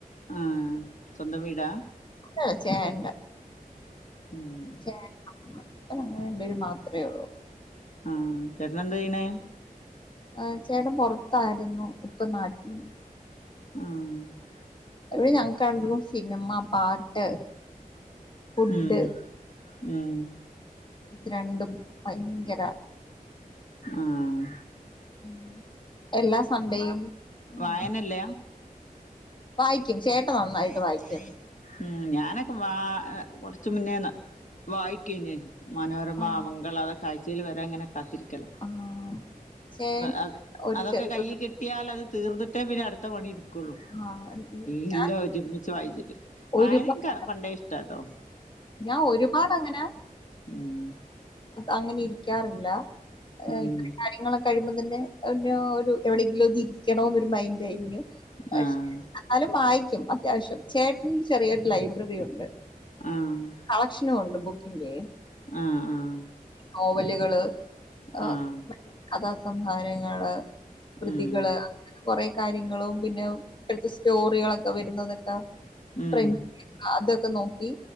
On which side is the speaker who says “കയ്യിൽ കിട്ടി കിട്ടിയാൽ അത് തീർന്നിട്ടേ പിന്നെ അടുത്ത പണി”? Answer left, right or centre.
Left